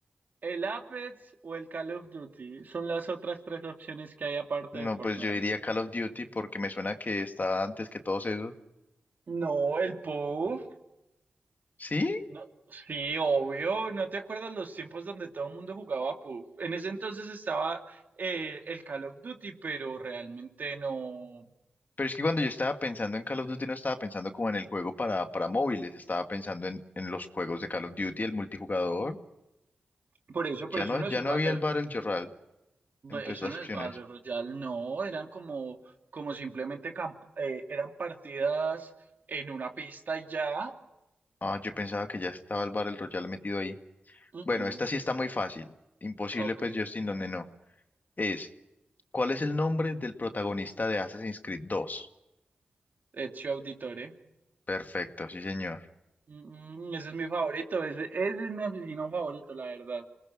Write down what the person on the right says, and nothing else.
el Apex o el Call of Duty son las otras tres opciones que hay aparte
de Fortnite.
No, el Puff.
No, sí, obvio, ¿no te acuerdas los tiempos donde todo el mundo jugaba PUBG? En ese entonces estaba eh, el Call of Duty, pero realmente no.
Por eso, por
eso
no
es un
battle,
eso
no
es Battle Royale, no, eran como, como simplemente camp- eh, eran partidas en una pista y ya.
Mm,
mm,
Ok,
Ezio Auditore.
Mm, mm, ese es mi favorito, ese, ese es mi asesino favorito, la verdad.